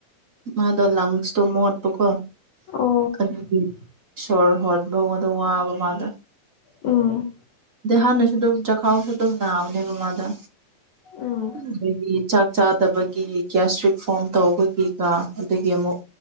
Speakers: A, on the right; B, on the left.
A: ꯃꯥꯗꯣ ꯂꯪꯁꯇꯣ ꯃꯣꯠꯄꯀꯣ
B: ꯑꯣ
A: ꯑꯗꯨꯗꯤ ꯁꯣꯔ ꯍꯣꯠꯕꯣꯟꯗ ꯋꯥꯕ ꯃꯥꯗ
B: ꯑ
A: ꯑ ꯍꯥꯟꯅꯁꯨ ꯑꯗꯨꯝ ꯆꯥꯛꯈꯥꯎꯁꯨ ꯑꯗꯨꯝ ꯅꯥꯕꯅꯦꯕꯃꯥꯗ
B: ꯎꯝ
A: ꯑꯗꯒꯤ ꯆꯥꯗꯕꯒꯤ ꯒ꯭ꯁꯇ꯭ꯔꯤꯛ ꯐꯣꯝ ꯇꯧꯕꯒꯤꯀ ꯑꯗꯒꯤ ꯑꯃꯨꯛ